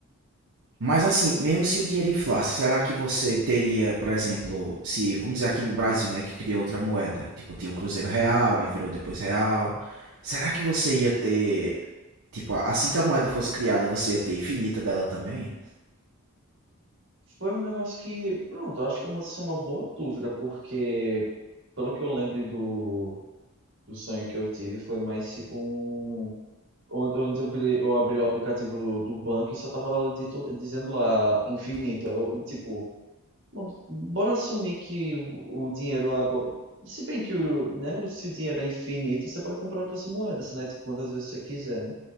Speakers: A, on the right; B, on the right.
A: Mas assim, mesmo se o dinheiro inflasse, será que você teria, por exemplo, se, vamos dizer aqui no Brasil, né, que criou outra moeda, tipo, tinha o Cruzeiro Real,
B: Uhum.
A: aí virou depois Real, será que você ia ter, tipo, assim que a moeda fosse criada, você ia ter infinita dela também?
B: Foi um negócio que, pronto, eu acho que é uma, isso é uma boa dúvida, porque pelo que eu lembro do, do sonho que eu tive, foi mais tipo um. on- Onde eu abri, eu abri o aplicativo do, do banco e só tava dito- dizendo lá infinito. Eu, tipo, bom, bora assumir que o dinheiro agora. Se bem que o, né, se o dinheiro é infinito, você pode comprar outras moedas, né? Tipo, quantas vezes você quiser, né?